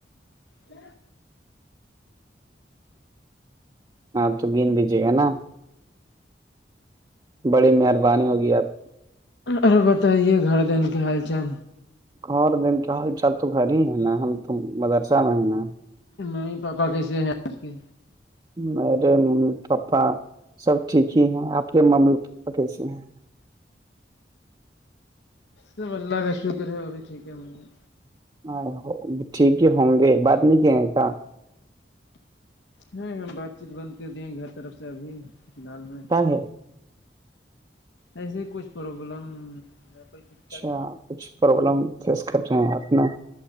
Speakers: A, on the left (about 85°); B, on the right (about 25°).
A: جی
B: ہاں تو گن دیجیے گا نا بڑی مہربانی ہوگی آپ
A: ارے بتائیے گھر دین کے حال چال
B: اور دن کے حال چال تو گھر ہی ہے نا ہم تو مدرسہ میں ہے نا
A: نہیں پاپا کیسے ہیں آپ کے
B: میرے ممی پاپا سب ٹھیک ہی ہیں آپ کے ممی پپا کیسے ہیں
A: سب اللہ کا شکر ہے وہ بھی ٹھیک ہے ہمے
B: ہاں ٹھیک ہی ہوں گے بات نہیں کہ کیا
A: ہ ہ بات چیت بند کر دی گھر طرف سے ابھی فی الحال میں
B: ہاں ہےاں
A: ایسے کچھ پرابلم یا کوئی دقت
B: اچھا کچھ پرابلم فیس کر رہے ہیں آپ ن